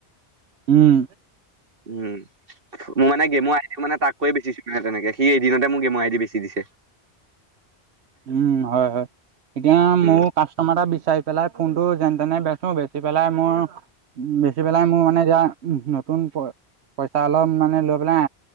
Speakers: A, on the right; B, on the right.
A: উম।
B: উম, মোৰ মানে গেমো আহিল মানে, তাক কৈ বেছি। নে তেনেকে। সি এদিনতে মোৰ গেমৰ আইদি বেছি দিছে।
A: উম, হয়-হয়। এতিয়া
B: উম
A: মোৰ কাষ্ট টমা এটা বিচাৰি পেলাই, ফোনটো যেন তেনে বেচো। বেচি পেলাই মোৰ উ, বেচি পেলাই মোৰ মানে এতিয়া, ন নতুন প পইচা অলপ মানে লৈ পেলাই